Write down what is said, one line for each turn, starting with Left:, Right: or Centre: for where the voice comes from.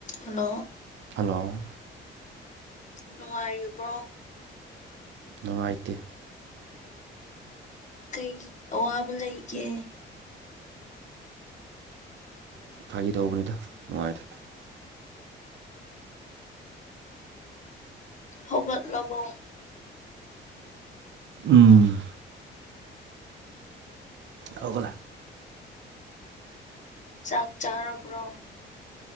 Left: ꯍꯜꯂꯣ
Right: ꯍꯜꯂꯣ
Left: ꯅꯨꯡꯉꯥꯏꯔꯤꯕ꯭ꯔꯣ
Right: ꯅꯨꯡꯉꯥꯏꯇꯦ
Left: ꯀꯩ ꯑꯋꯥꯕ ꯂꯩꯒꯦ
Right: ꯐꯥꯒꯤ ꯇꯧꯕꯅꯤꯗ ꯅꯨꯡꯉꯥꯏꯗ
Left: ꯍꯧꯒꯠꯂꯕꯣ
Right: ꯎꯝ ꯍꯧꯒꯠꯂꯥ
Left: ꯆꯥꯛ ꯆꯥꯔꯕ꯭ꯔꯣ